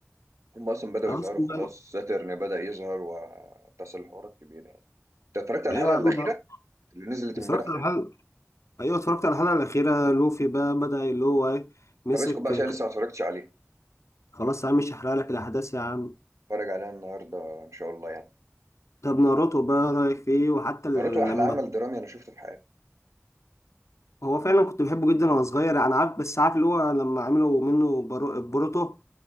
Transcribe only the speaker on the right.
هم اصلا بداوا
يظهروا
خلاص ساترن بدا يظهر واتصل حوارات كبيره يعني انت اتفرجت على
الحلقه
الاخيره اللي نزلت
امبارح تقريبا
طب اسكت بقى عشان لسه ما اتفرجتش عليها
اتفرج عليها النهارده ان شاء الله يعني
ناروتو احلى
عمل درامي انا شفته في حياتي